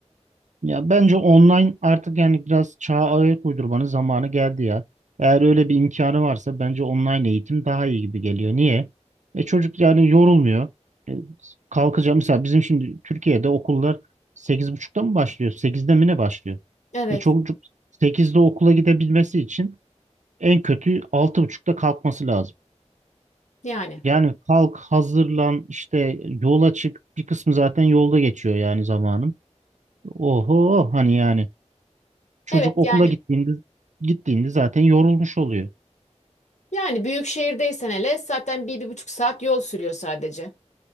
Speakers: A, on the right; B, on the left.
A: Ya bence online artık yani biraz çağa ayak uydurmanın zamanı geldi ya. Eğer öyle bir imkanı varsa bence online eğitim daha iyi gibi geliyor. Niye? E çocuk yani yorulmuyor. E, kalkacağım mesela bizim şimdi Türkiye'de okullar 8.30'da mı başlıyor? sekizde mi ne başlıyor?
B: Evet
A: E çocuk sekizde okula gidebilmesi için en kötü altı buçukta kalkması lazım.
B: yani.
A: Yani kalk, hazırlan, işte yola çık. Bir kısmı zaten yolda geçiyor yani zamanın. Oho hani yani. Çocuk
B: Evet
A: okula
B: yani.
A: gittiğinde gittiğinde zaten yorulmuş oluyor.
B: Yani büyük şehirdeysen hele zaten bir, bir buçuk saat yol sürüyor sadece.